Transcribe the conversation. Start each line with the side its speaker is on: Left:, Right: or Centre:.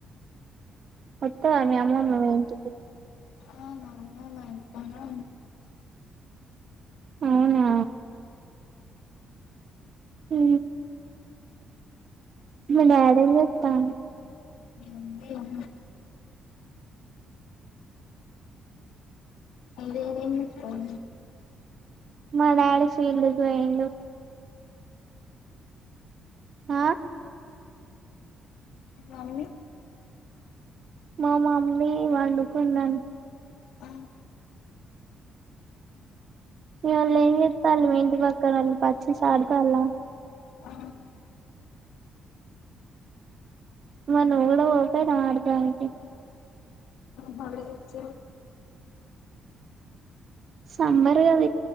Right: మత్త మీ అమ్మమ్ ఏంటి
Left: ఆ మా అమ్మ మా ఇంటికాన్నే
Right: అవునా హ మనాడ వెతాను
Left: ఉంది ఆ ఏముంది ఏం అదిస్త <inaudible>
Right: మడయాడ ఫీల్డ్కి పోయిడు ఆ
Left: మమ్మీ
Right: మా మామ్మీ వండుకున్నాను
Left: ఆ
Right: ఇవల్ హంగితా అల్ మెంటి పకారు పచ్చి సడదా అలా
Left: ఆ
Right: మరి నువ్వు కూడా పోకద ఆడటానికి
Left: మ వచ్చ
Right: సంబర్గాద